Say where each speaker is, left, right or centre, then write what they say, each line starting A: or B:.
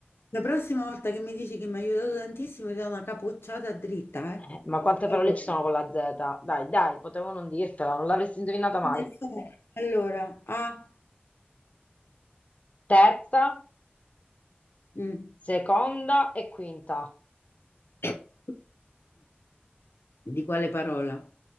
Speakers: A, on the left; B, on the left.
A: La prossima volta che mi dici che mi ha aiutato tantissimo, ti do una capocciata dritta, eh.
B: Eh, ma quante
A: Allora,
B: parole ci sono con la Z? Dai, dai, potevo non dirtela, non l'avresti indovinata mai.
A: nel senso- allora, A,
B: Terza,
A: mm.
B: seconda e quinta.
A: <coughs> Di quale parola?